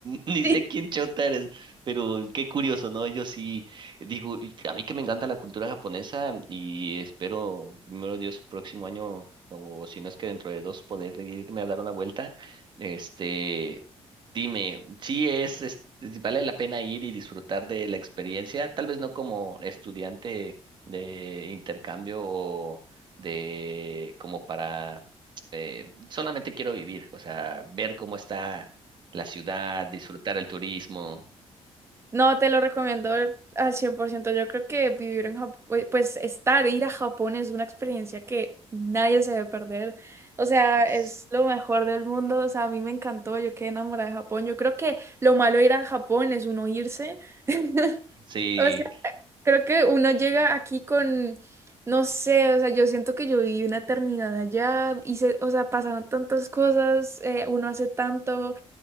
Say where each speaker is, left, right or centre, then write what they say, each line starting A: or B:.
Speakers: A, on the right; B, on the right.
A: Ni sé
B: sí.
A: quién chota eres. Pero qué curioso, ¿no? Ellos sí, Digo, y a mí que me encanta la cultura japonesa y espero, primero Dios, próximo año, o si no es que dentro de dos, poder irme a dar una vuelta. Este, dime, si es, es- vale la pena ir y disfrutar de la experiencia, tal vez no como estudiante de intercambio o de como para, eh, solamente quiero vivir, o sea, ver cómo está la ciudad, disfrutar el turismo.
B: No, te lo recomiendo al 100%. Yo creo que vivir en Japón, pues pues, estar, ir a Japón es una experiencia que nadie se debe perder. O sea,
A: es-
B: es lo mejor del mundo. O sea, a mí me encantó, yo quedé enamorada de Japón. Yo creo que lo malo de ir a Japón es uno irse. <laughs>
A: Sí,
B: O sea, creo que uno llega aquí con, no sé, o sea, yo siento que yo viví una eternidad allá, hice, o sea, pasaron tantas cosas, eh, uno hace tanto